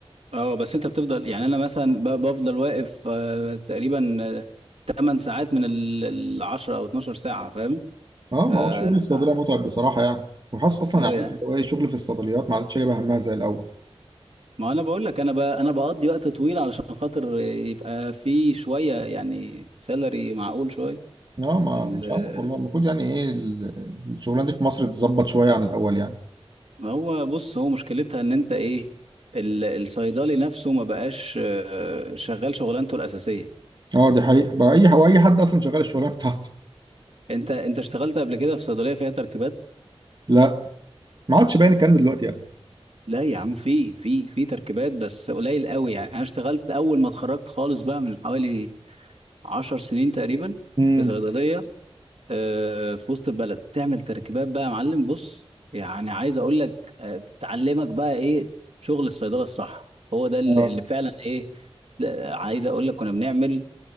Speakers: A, on the right; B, on the right.
A: اه بس انت بتفضل يعني انا مثلا ب- بفضل واقف آه تقريبا آه، 8 ساعات من ال ال 10 او 12 ساعة فاهم
B: اه ما
A: اه
B: هو الشغل الصيدليه
A: اه
B: متعب بصراحه يعني وحاسس اصلا
A: آه،
B: يعني
A: يعني
B: عارف اللي هو ايه شغل في الصيدليات ما عادش جايبه همها زي الاول
A: ما انا بقول لك انا ب... انا بقضي وقت طويل علشان خاطر يبقى في شوية يعني سالري معقول شوية
B: اه ما
A: ال-
B: مش عارف والله المفروض يعني ايه ال- الشغلانه دي في مصر تتظبط شويه عن الاول يعني
A: ما هو بص هو مشكلتها ان انت ايه ال- الصيدلي نفسه ما بقاش آه، شغال شغلانته الأساسية
B: اه دي حقيقه بقى اي هو اي حد اصلا شغال الشغلانه بتاعته
A: انت انت اشتغلت قبل كده في صيدليه فيها تركيبات
B: <laughs> لا ما عادش باين الكلام ده دلوقتي يعني
A: لا يا عم في في في تركيبات بس قليل قوي يعني انا اشتغلت اول ما اتخرجت خالص بقى من حوالي 10 سنين تقريبا
B: امم
A: في صيدليه آه، في وسط البلد تعمل تركيبات بقى يا معلم بص يعني عايز اقول لك آه، تتعلمك بقى ايه شغل الصيدله الصح هو ده اللي
B: اه
A: اللي فعلا ايه لا، عايز اقول لك كنا بنعمل